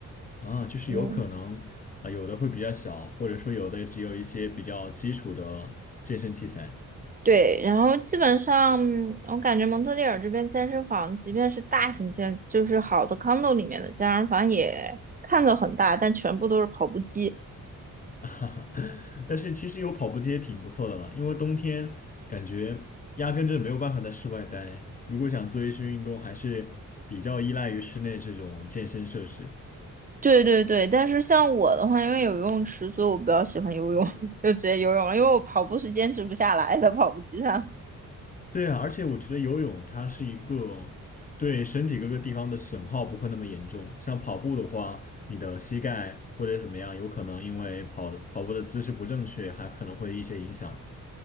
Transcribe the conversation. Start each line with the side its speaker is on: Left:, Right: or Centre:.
Left: 啊，就是有可能啊，
Right: 嗯，
Left: 有的会比较小，或者说有的只有一些比较基础的健身器材，
Right: 对，然后基本上我感觉蒙特利尔这边健身房，即便是大型健，就是好的 condo 里面的健身房也看着很大，但全部都是跑步机。
Left: <laughs> 哈哈，但是其实有跑步机也挺不错的了，因为冬天感觉压根就没有办法在室外待，如果想做一些运动，还是比较依赖于室内这种健身设施。
Right: 对对对，但是像我的话，因为有游泳池，所以我比较喜欢游泳，<laughs> 就直接游泳了，因为我跑步是坚持不下来的，跑步机上。
Left: 对啊，而且我觉得游泳它是一个对身体各个地方的损耗不会那么严重。像跑步的话，你的膝盖或者怎么样，有可能因为跑的跑步的姿势不正确，还可能会一些影响。